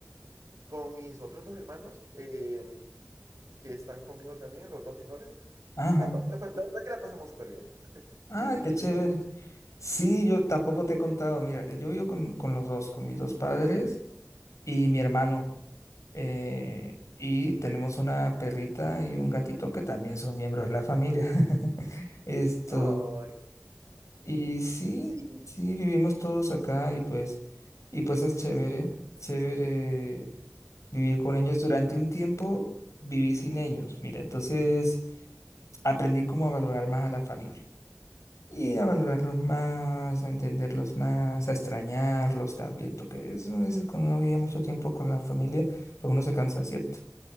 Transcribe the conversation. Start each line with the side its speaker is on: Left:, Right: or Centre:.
Right: Con mis otros dos hermanos, eh, que están conmigo también, los dos menores,
Left: Ajá.
Right: la, pa- la, pa- la verdad que la pasamos súper bien.
Left: Ah,
Right: ¿Y,
Left: qué
Right: y,
Left: chévere.
Right: y tú?
Left: Sí, yo tampoco te he contado. Mira, yo vivo con, con los dos, con mis dos padres y mi hermano. eh, y tenemos una perrita y un gatito que también son miembros de la familia. <laughs> Esto.
Right: Ay,
Left: Y sí,
Right: sí,
Left: sí, vivimos todos acá y pues, y pues es chévere, chévere vivir con ellos. Durante un tiempo viví sin ellos. Mira, entonces aprendí como a valorar más a la familia. y a valorarlos más, a entenderlos más, a extrañarlos también, porque eso a veces cuando uno vive mucho tiempo con la familia, pues uno se cansa, ¿cierto?